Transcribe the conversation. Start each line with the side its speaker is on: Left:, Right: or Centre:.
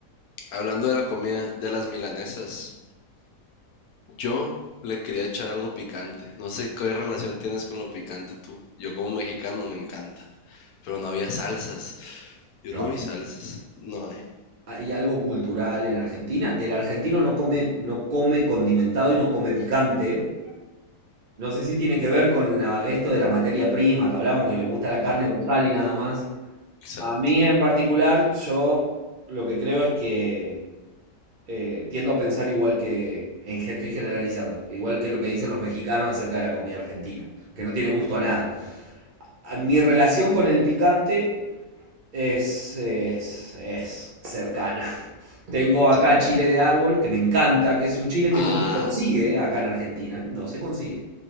Left: hablando de la comida, de las milanesas. Yo le quería echar algo picante. No sé qué relación tienes con lo picante tú. Yo como mexicano me encanta. Pero no había salsas. Yo
Right: No
Left: no
Right: hay.
Left: vi salsas. No hay.
Right: Hay algo cultural en Argentina. El argentino no come, no come condimentado y no come picante. No sé si tiene que ver con la- esto de la materia prima que hablamos, que le gusta la carne con sal y nada más.
Left: Exacto.
Right: A mí en particular, yo lo que creo es que eh, tiendo a pensar igual que, en, gen- estoy generalizando, igual que lo que dicen los mexicanos acerca de la comida argentina, que no tiene gusto a nada. a- mi relación con el picante es, es, es cercana. Tengo acá chile de árbol, que me encanta, que es un chile que
Left: Ah,
Right: no se consigue acá en Argentina, no se consigue.